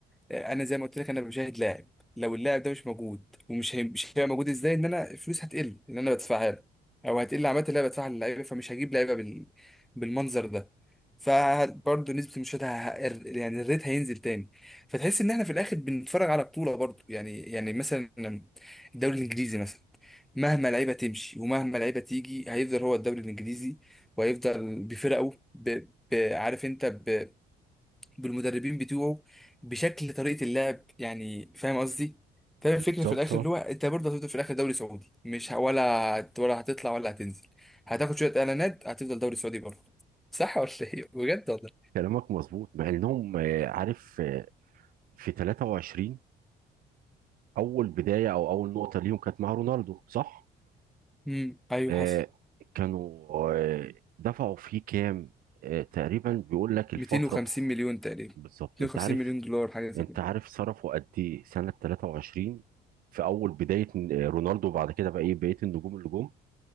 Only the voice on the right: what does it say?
بالظبط
اه.
كلامك مظبوط مع انهم آه، عارف آه، في 23 اول بداية او اول نقطة ليهم كانت مع رونالدو صح؟
آه،
كانوا آه، دفعوا فيه كام آه، تقريبا بيقول لك الفترة
بالظبط
انت عارف
انت
عارف صرفوا قد ايه سنة 23 في اول بداية آه، رونالدو وبعد كده بقى ايه بقية النجوم اللي جم